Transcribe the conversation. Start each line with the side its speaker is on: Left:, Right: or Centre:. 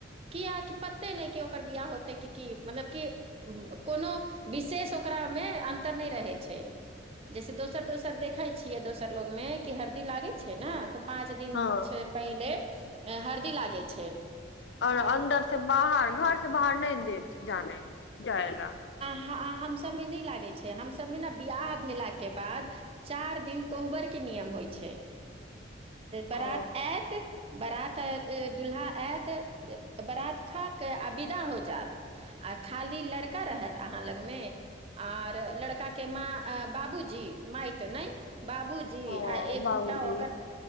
Right: कियाक पते नहि कि ओकर बियाह होते मतलब कि कोनो विशेष ओकरा मे अन्तर नहि रहै छै जैसे दोसर दोसर देखै छियै दोसर लोग मे कि हरदी लागै छै ने तऽ पाँच दिन
Left: हँ
Right: छै पहिले अ हरदी लागै छैय
Left: आऔर अन्दर से बाहर घर से बाहर नहि देत जाने जायला
Right: हम सबमे नहि लागै छै हम सभमे ने बियाह भेलाक के बाद चार दिन कोहबर के नियम होइ छै बरात
Left: ओ
Right: एत बारात दुल्हा आयत बारात खााक आ विदा हो जात आ खाली लड़ लड़का रहत अहाँ लगमे आर लड़का के माँ बाबूजी माय तऽ नहि बाबूजी
Left: ओ
Right: आ एक
Left: बाबूजी
Right: दूटा ओकर